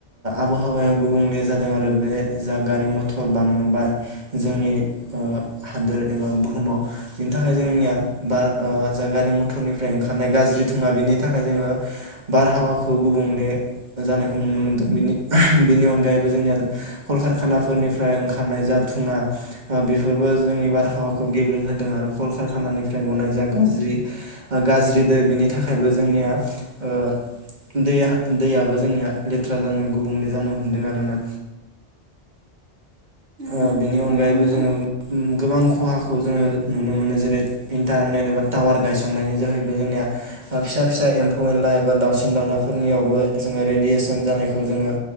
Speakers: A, on the right; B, on the right.
A: आबहावाया गुबुंले जा दों आरो बे जा गारि मथर बांबाय जोंनि ओ हादोर एबा बुहुमाव बिनि थाखाय जोंनिया बा जा गारि मथरनिफ्राय ओंखारनाय गाज्रि दुङा बेनि थाखाय जोङो बारहावाखौ गुबुंले जानायखौ नुनो मोनदोंनि बेनि अनगायैबो जोंनिया कल कारखाना फोरनिफ्राय ओंखारनाय जा थुंङा ओ बेफोरबो जोंनि बारहावाखौ गेब्रेें होदों आरो कल कारखाना निफ्राय गनाय जा गाज्रि आ गाज्रि दै बेनि थाखायबो जोंनिया ओ दैया-दैयाबो जोंनिया लेथ्रा जानो गुबुंले जानो हमदों आरो ना।
B: उम
A: ओ बिनि अनगायैबो
B: नंगौ नोंथां
A: जोंङो उम गोबां खहाखौ जोंङो नुनो मोनो, जेरै इन्टारनेट एबा टावार गायसननायनि जोहैबो जोंनिया फिसा फिसा एम्फौ एनला एबा दावसिन दाउला फोरनियावबो जोंङो रेडियेसन जानायखौ जोंङो